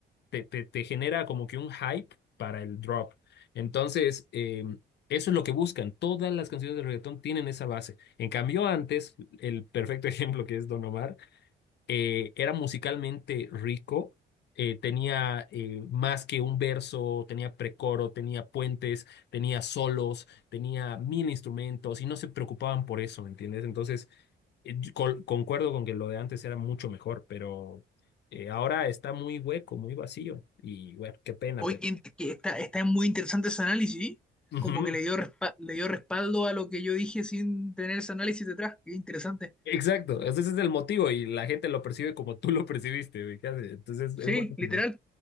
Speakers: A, on the left; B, in the centre.
A: te, te, te genera como que un hype para el drop. Entonces, eh, eso es lo que buscan. Todas las canciones de reggaetón tienen esa base. En cambio, antes, el perfecto <laughs> ejemplo que es Don Omar, eh, era musicalmente rico, eh, tenía eh, más que un verso, tenía precoro, tenía puentes, tenía solos, tenía mil instrumentos y no se preocupaban por eso, ¿me entiendes? Entonces... Eh, yo col- concuerdo con que lo de antes era mucho mejor, pero eh, ahora está muy hueco, muy vacío. Y bueno, qué pena,
B: Hoy
A: pero.
B: que, que está, está muy interesante ese análisis,
A: Ujú,
B: como que le dio, respa- le dio respaldo a lo que yo dije sin tener ese análisis detrás. Qué interesante.
A: Exacto, ese es el motivo y la gente lo percibe como tú lo percibiste. güey, casi. Entonces
B: Sí,
A: es buenísimo.
B: literal.